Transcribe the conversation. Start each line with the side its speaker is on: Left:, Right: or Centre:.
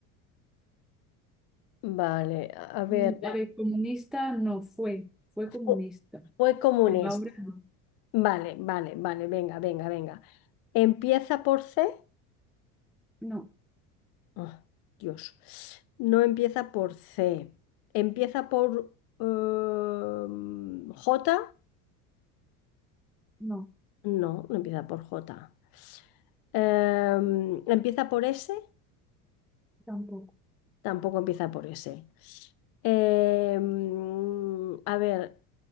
Left: vale. A a ver,
Centre: Mm, A
Left: eh,
Centre: ver, comunista no fue, fue comunista,
Left: fu- fue comunista.
Centre: pero ahora no.
Left: Vale, vale, vale, venga, venga, venga. ¿Empieza por C?
Centre: No,
Left: Ah, Dios, no empieza por C. Empieza por... em, J.
Centre: no,
Left: No, no empieza por J. Em, ¿empieza por S?
Centre: tampoco.
Left: Tampoco empieza por S. Em, a ver,